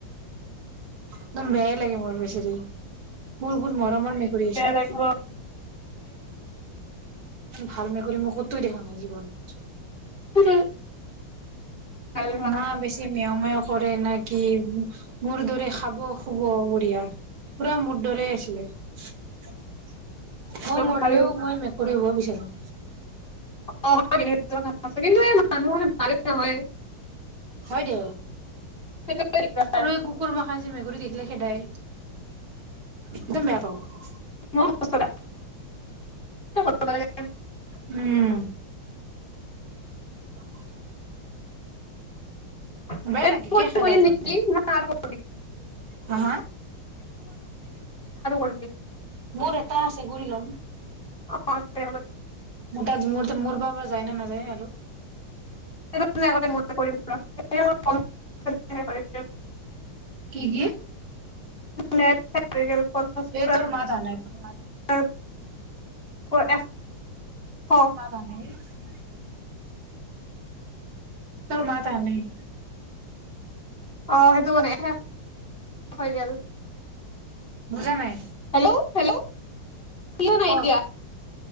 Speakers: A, on the right (about 75°); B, on the left (about 25°).
A: একদম বেয়াই লাগে মোৰ, বেচেৰী মোৰ বহুত মৰমৰ মেকুৰী আছিল।
B: লাগিব
A: ভাল মেকুৰী মই কতই দেখো জীৱনত।
B: <inaudible> ভাল
A: না বেছি। না, বেছিকৈ মেও মেও কৰে নে কি! মোৰ দৰে খাব, শুব বঢ়িয়া। পুৰা মোৰ দৰে আছিলে মই মৰিলেও
B: ভাল
A: মই মেক মেকুৰী হব বিচাৰো।
B: <inaudible>
A: হয় দে,
B: সেইটোৱে দিগদাৰ
A: আৰু এই কুকুৰমখাই যে মেকুৰী দেখিলে খেদাই। একদম বেয়া পাও।
B: <inaudible>
A: উম। <inaudible>
B: <inaudible>
A: বেয়া
B: কৰি
A: লাগে
B: কৰি
A: কিয় খেদাই
B: থৈ দিম
A: তহঁতে
B: নেকি না আৰু
A: হা হা
B: কৰিবি।
A: মোৰ এটা আছে ঘূৰি লম।
B: <inaudible>
A: মোৰ তাত মোৰ মোৰ পৰা বা যায় না নাযায় আৰু।
B: <inaudible>
A: কি কি?
B: <inaudible>
A: তোৰ মাত আহা নাই তোৰ
B: <inaudible>
A: মাত আহা নাই <inaudible> তোৰ মাত অহা নাই।
B: অ সেইটো মানে শেষ হৈ গেল।
A: বুজা নাই।
B: হেল্ল', হেল্ল' কিয় নাই
A: ক
B: এতিয়া?